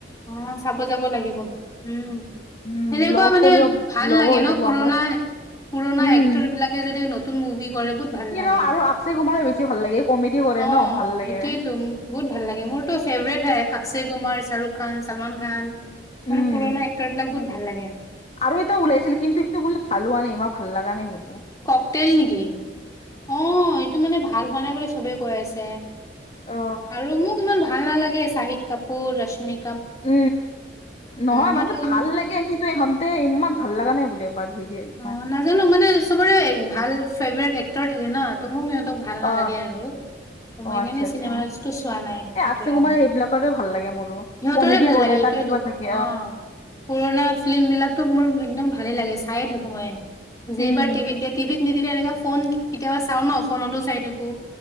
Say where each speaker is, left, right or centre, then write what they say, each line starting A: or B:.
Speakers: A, on the left; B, on the left.
A: অঁ, চাব যাব লাগিব উম।
B: উম
A: সেনেকুৱা
B: লগ
A: মানে
B: কৰিব
A: ভাল
B: লগো
A: লাগে
B: হৈ
A: ন
B: যাব
A: পুৰণা-
B: আমাৰ
A: পুৰণা
B: উম
A: এক্টৰ বিলাকে যদি নতুন মুভি- কৰে বহুত ভাল
B: ই
A: লাগে
B: ন আৰু আক্ষয় কুমাৰে বেছি ভাল, এ কমেতি কৰে
A: অ
B: ন ভাল লাগে।
A: এইটোয়েতো বহুত ভাল লাগে। মোৰতো ফেভৰেট হয় অক্ষয় কুমাৰ, শাহৰুখ খান, চলমান খান।
B: উম
A: মানে পুৰণা এক্টৰবিলাক বহুত ভাল লাগে।
B: আৰু এটা উলাইছিল কিন্তু হেটো বোলে ভাল হোৱা নাই, ইমান ভাল লগা নাই বোলে।
A: কক তেল নেকি? অ এইটো মানে ভাল হোৱা নাই বুলি চবেই কৈ আছে।
B: অ
A: আৰু মোক ইমান ভাল নালাগে চাহিদ কাপুৰ ৰশ্মি
B: উ নহয়
A: সিহঁতক
B: মানে ভাল
A: ইমান
B: লাগে কি <unintelligible> ইমান ভাল লগা নাই বোলে <unintelligible>
A: অ নাজানো মানে চবৰে ভাল ফেভাৰেট এক্টৰ থাকে ন ত মোক সিহঁতক ভাল
B: অ
A: নালাগে আৰু।
B: অ
A: মই সেইকাৰণে
B: আচ্ছা
A: চিনেমাচটো
B: আচ্ছা
A: চোৱা নাই
B: এ
A: হেইটোৱে
B: আকচে কুমাৰ
A: আৰু।
B: সেইবিলাকৰে ভাল লাগে মোৰো
A: সিহঁতৰে
B: কমেডি
A: ভাল
B: কৰে
A: লাগে হেটোয়েটো
B: তাৰ কিবা থাকে
A: অ, পুৰণা ফিল্ম বিলাকতো মোৰ একদম ভালে লাগে। চায়ে থাকো মই। যেইবাৰ
B: উম
A: টিভিত দিয়া টিভিত নিদিলে এনেকা ফোন কেতিয়াবা চাও ন ফোনতো চাই থাকো,